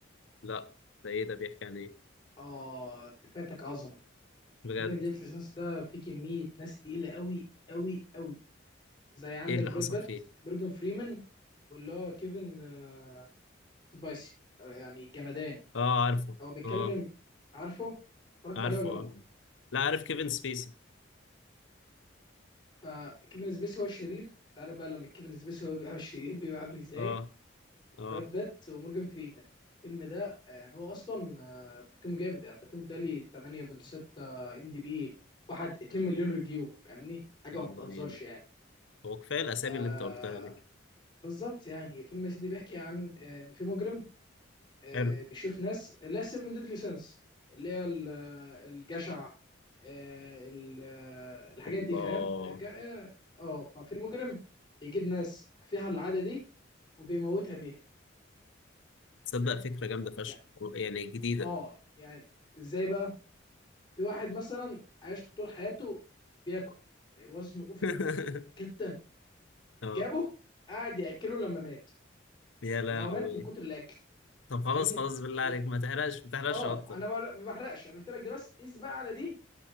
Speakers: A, on the left; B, on the left.
A: لا ده ايه ده بيحكي عن ايه
B: اه ده فاتك عظمه
A: بجد
B: 7 ديدلي سينس ده فيه كميه ناس تقيله قوي قوي قوي زي عندك
A: ايه اللي
B: براد
A: حصل
B: بيت
A: فيه
B: مورجان فريمان واللي هو كيفن آه، سبايسي آه، يعني جمدان
A: اه عارفه
B: هو بيتكلم
A: اه
B: عارفه اتفرجت
A: عارفه
B: عليه ولا لا
A: اه لا عارف كيفن سبيسي
B: فكيفن سبيسي هو الشرير انت عارف بقى لما كيفن سبيسي هو بيبقى <laughs> هو الشرير بيبقى عامل ازاي
A: اه
B: وبراد
A: اه
B: بيت ومورجان فريمان الفيلم ده آه، يعني هو اصلا آه، تقييمه جامد يعني تقييمه تالي 8.6 ام دي بي واحد 2 مليون ريفيو فاهمني حاجه
A: يلا
B: ما بتهزرش
A: بينا
B: يعني
A: هو كفايه الاسامي
B: آه
A: اللي انت قلتها دي
B: بالظبط يعني فيلم يا سيدي بيحكي عن آه، ان في مجرم آه،
A: حلو
B: بيشوف ناس اللي هي 7 ديدلي سينس اللي هي ال- آه، الجشع آه، ال- آه، الحاجات
A: الله
B: دي فاهم الج- اه آه، ففي مجرم يجيب ناس فيها العادة دي وبيموتها بيها
A: تصدق فكره جامده فشخ
B: يعني
A: يعني جديده
B: اه يعني ازاي بقى في واحد مثلا عاش طول حياته بياكل وزنه اوفر
A: <laughs>
B: جدا
A: اه
B: جابه قعد ياكله لما مات
A: يا لهوي
B: انا هو مات من كتر الاكل
A: طب خلاص
B: فاهمني
A: خلاص بالله
B: و...
A: عليك ما تحرقش ما تحرقش
B: اه
A: اكتر
B: انا بقول- ما بحرقش انا قلت لك ده بس قيس بقى على دي